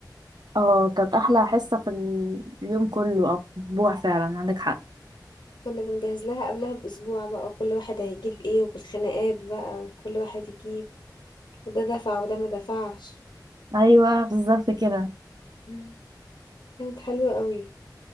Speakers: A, on the right; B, on the left.
A: اه كانت احلى حصة في اليوم كله او في الاسبوع فعلا عندك حق
B: كنا بنجهز لها قبلها بأسبوع بقى وكل واحد هيجيب ايه والخناقات بقى كل واحد يجيب وده دفع وده ما دفعش
A: ايوه بالظبط كده
B: مم. كانت حلوة قوي